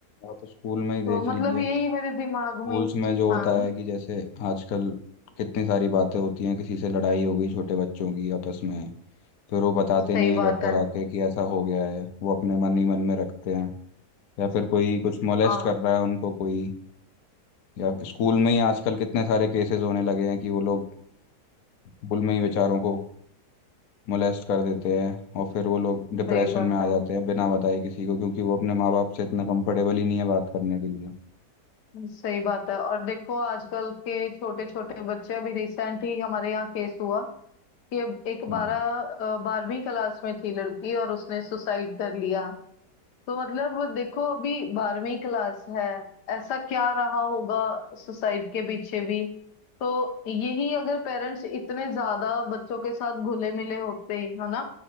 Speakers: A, on the left; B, on the left.
A: आप स्कूल में ही देख
B: तो मतलब
A: लीजिए
B: यही मेरे दिमाग
A: स्कूल्स
B: में ही-
A: में जो होता
B: हाँ
A: है कि जैसे आजकल कितनी सारी बातें होती हैं किसी से लड़ाई हो गई छोटे बच्चों की आपस में फिर वो बताते
B: सही
A: नहीं है घर
B: बात
A: पर
B: है
A: आके कि ऐसा हो गया है वो अपने मन ही मन में रखते हैं या फिर कोई कुछ मोलेस्ट
B: हाँ
A: कर रहा है उनको कोई या स्कूल में ही आजकल कितने सारे केसेस होने लगे हैं कि वो लोग स्कूल में ही बेचारों को मोलेस्ट कर देते हैं और फिर वो लोग डिप्रेशन
B: सही बात
A: में आ
B: है
A: जाते हैं बिना बताए किसी को क्योंकि वो अपने माँ बाप से इतना कंफर्टेबल ही नहीं है बात करने के लिए
B: सही बात है और देखो आजकल के छोटे छोटे बच्चे अभी रिसेंट ही हमारे यहाँ केस हुआ कि एक बारह
A: हाँ
B: अ, बारहवीं क्लास में थी लड़की और उसने सुसाइड कर लिया तो मतलब देखो अभी बारहवीं क्लास है ऐसा क्या रहा होगा सोसाइटी के पीछे भी तो यही अगर पेरेंट्स इतने ज्यादा बच्चों के साथ घुले मिले होते है ना